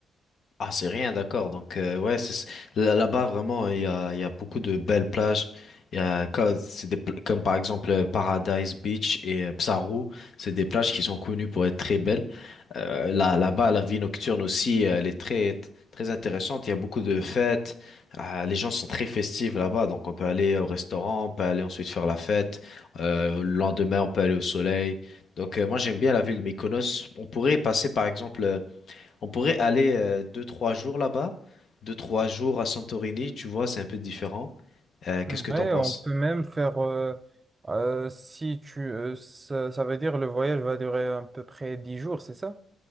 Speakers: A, on the left (about 60°); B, on the right (about 25°).
A: Ah, c'est rien, d'accord. Donc, euh, ouais, c'est, là- là-bas, vraiment, il y a, il y a beaucoup de belles plages. Il y a, co- c'est des, pla- comme par exemple euh, Paradise Beach et euh, Psaru. C'est des plages qui sont connues pour être très belles. Euh, là, là-bas, la vie nocturne aussi, euh, elle est très, très intéressante. Il y a beaucoup de fêtes. Euh, les gens sont très festifs là-bas. Donc, on peut aller au restaurant, on peut aller ensuite faire la fête. Euh, le lendemain, on peut aller au soleil. Donc, euh, moi, j'aime bien la ville de Mykonos. On pourrait passer, par exemple, euh, on pourrait aller euh, deux, trois jours là-bas, deux, trois jours à Santorini, tu vois, c'est un peu différent. Euh, qu'est-ce
B: Ouais,
A: que t'en penses?
B: on peut même faire, euh, euh, si tu, euh, ça, ça veut dire le voyage va durer à peu près 10 jours, c'est ça?